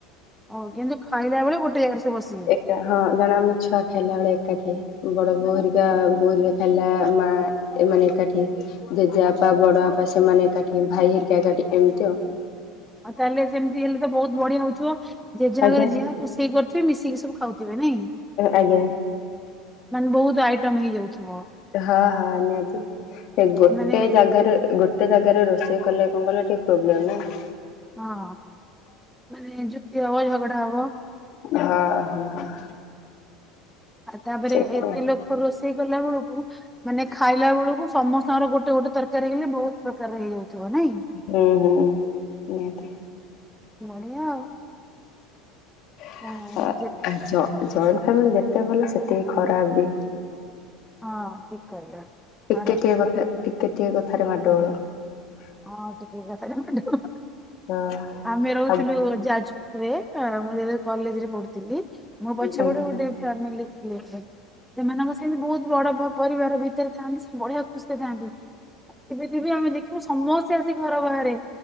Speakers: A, in the centre; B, on the left.
A: ହଉ କିନ୍ତୁ ଖାଇଲା ବେଳେ ଗୋଟେ ଜାଗାରେ ସେ ବସିବେ।
B: ଏକା ହଁ ଜଣ ଆମେ ଛୁଆ ଖାଇଲା ବେଳେ ଏକାଠି ହେଇ। ବଡ ବୋଉ ହେରିକା ବୋଉ ହେରିକା ଥିଲା ମା ଏମାନେ ଏକାଠି ହେଇ ଜେଜେବାପା ବଡ ବାପା ସେମାନେ ଏକାଠି ଭାଇ ହେରିକା ଏକାଠି ଏମିତି ଆଉ।
A: ଆଉ ତାହେଲେ ସେମିତି ହେଲେ ତ ବହୁତ ବଢିଆ ହଉଥିବ ଯେ ଯାହା
B: ଆଜ୍ଞା
A: ଘରେ ଯିଆ ସେଇ ସେଥିରେ ମିଶିକି ସବୁ ଖାଉଥିବେ ନାଇଁ
B: ଆଜ୍ଞା।
A: ମାନେ ବହୁତ ଆଇଟମ ହେଇଯାଉଥିବ।
B: ହଁ ହଁ ନିହାତି ସେ ଗୋଟେ
A: ମାନେ
B: ଜାଗାରେ ଗୋ ଗୋଟେ ଜାଗାରେ ରୋଷେଇ କଲେ କଣ କହିଲ ଟିକେ ପ୍ରୋବ୍ଲେମ୍ ନାଇଁ?
A: ହଁ ମାନେ ଯୁକ୍ତି ହବ ଝଗଡା ହବ।
B: ହଁ ହଁ।
A: ଆଉ ତାପରେ
B: ସେଇଥିପାଇଁ
A: ଏତେ ଲୋକ ରୋଷେଇ କଲା ବେଳକୁ ମାନେ ଖାଇଲା ବେଳକୁ ସମସ୍ତଙ୍କର ଗୋଟେ ଗୋଟେ ତରକାରୀ ହେଲେ ବହୁତ ପ୍ରକାର ହେଇଯାଉଥିବ ନାଇଁ?
B: ହୁଁ ହୁଁ ନିହାତି।
A: ବଢ଼ିଆ ଆଉ।
B: <inaudible>
A: ହଁ
B: ଆ
A: ଯେ
B: ଜଏଣ୍ଟ ଫାମିଲି ଯେତେ ଭଲ ସେତିକି ଖରାପ ବି?
A: ହଁ ଠିକ କହିଲ। ଖରାପ
B: ଟିକେ ଟିକେ କଥା ଟିକେ ଟିକେ କଥାରେ ମାଡ ଗୋଳ।
A: ହଁ ଟିକେ କଥାରେ
B: ହଁ।
A: ଆମେ ରହୁଥିଲୁ
B: ଆଉ
A: ଯା ମୁଁ ଯେ କଲେଜରେ ପଢୁଥିଲି ମୋ ପଛପଟ
B: ଆଜ୍ଞା
A: ଗୋଟେ ଫ୍ୟାମିଲି ରେ ଥିଲେ। ସେମାନଙ୍କ ସେମିତି ବହୁତ ବଡ ପରିବାର ଭିତରେ ଥାନ୍ତି ବଢିଆ ଖୁସିରେ ଥାନ୍ତି। ଥିବେ ଥିବେ ଆମେ ଦେଖିବୁ ସମସ୍ତେ ଆସିକି ଘର ବାହାରେ।